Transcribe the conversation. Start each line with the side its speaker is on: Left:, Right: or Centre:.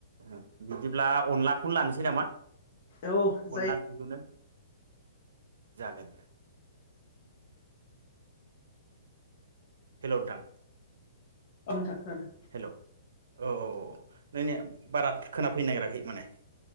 Right: ओ बिदिब्ला अनलाखौनो लानोसै नामा?
Left: औ जायो
Right: अनला ओंख्रिखौनो जागोन हेलौ नोंथां
Left: औ नोंथां खोनादों
Right: हेलौ औ औ औ बारा खोनाफैनो नागिराखै माने